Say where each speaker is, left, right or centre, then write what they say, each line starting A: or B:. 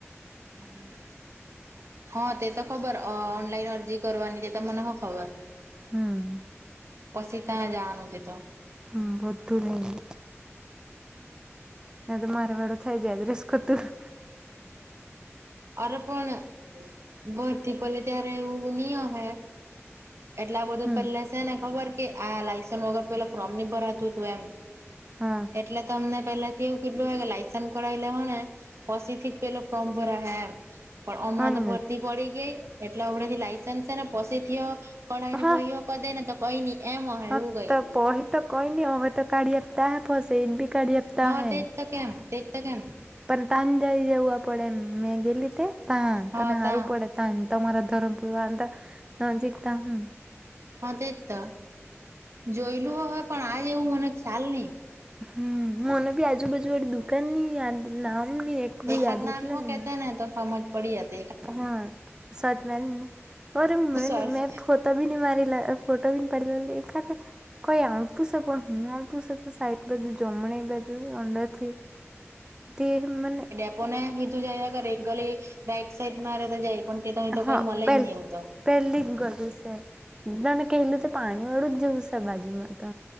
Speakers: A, on the right; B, on the right.
A: હમ <unintelligible> હા, તે તો ખબર. ઓનલાઈન અરજી કરવાની તે તો મને હો ખબર.
B: હમ.
A: પછી ત્યાં જા નહતી તો
B: હમ. બધુ રહેને એ તો મારેવાડ થઈ જાય રસકોતું.
A: અરે પણ ભરતી પલી ત્યારે એવું ની ઓહે? એટલા બધું
B: હમ
A: પેલા છે ને ખબર, કે આ લાયસન્ વગર પેલા ફોર્મની ભરાતું હતું એમ.
B: હા.
A: એટલે તમને પેલાથી એવું કેટલું હોય, કે લાયસન્સ કરાવી લે હો ને. પછીથી જ પેલો ફોર્મ ભરા હે. અચ્છા. પણ હમણાં
B: હા
A: તો
B: ને
A: ભરતી પડી ગઈ. એટલે આપડે જે લાઇસન્સ છે ને પછીથી કઢાઈ
B: હા
A: ને પયો કર દે ને તો કઈ ની એમ અહે
B: હા,
A: એવું કઈ
B: તો પહી તો કોઈ ની અવે તો કાઢી આપતા હૈ બસ એક બે કાઢી આપતા
A: હા
B: હૈ.
A: તેજ કેમ, તેજ તો કેમ?
B: પણ તાંજાઈ જવા પડેમ મેં ગેલી તે તા
A: હા
B: તને હારું
A: તા
B: પડે. તો મારા ધરમપુરવા અંદર નજકતા હમ.
A: હા, તેજ તો જોયલું હોય પણ આજ એવું મને ખ્યાલ નહી.
B: હમ. મને બી આજુબાજુ વાળી દુકાન નઈ યાદ નામની વિ
A: એખાદ
B: યાદ
A: નામ
B: એટલે
A: હો
B: ને
A: કેતે તો હમજ પડી હત
B: હા સાત મેન અરે
A: સોરી
B: મે તોબીની મારેલા, ફોટોબીની પાડીલા એખાદે કહી <unintelligible> પણ હું. તું સે ત સાઈટ બાજુ જમણે બાજુ અંદરથી તે મને
A: પણ એ હીધું જાયા કરે એક ગલી રાઈટ સાઈડ મારે તો જાય. પણ તે તો
B: હા
A: કઈ મળે
B: પેલ
A: જ નહી એવું તો
B: પેલી જ ગલી છે તને કેહલું તો પાણીવાળું જ જવું છે બાજુમાં તો